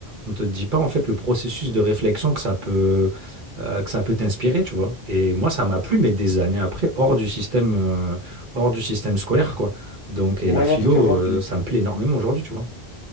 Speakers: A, on the right (about 55°); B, on the left (about 75°).
A: on te dit pas, en fait, le processus de réflexion que ça peut, euh, que ça peut t'inspirer, tu vois. Et moi, ça m'a plu, mais des années après, hors du système, euh, hors du système scolaire, quoi. Donc, et
B: Moi,
A: la philo,
B: non, totalement.
A: euh,
B: Puis
A: ça me plaît énormément aujourd'hui, tu vois.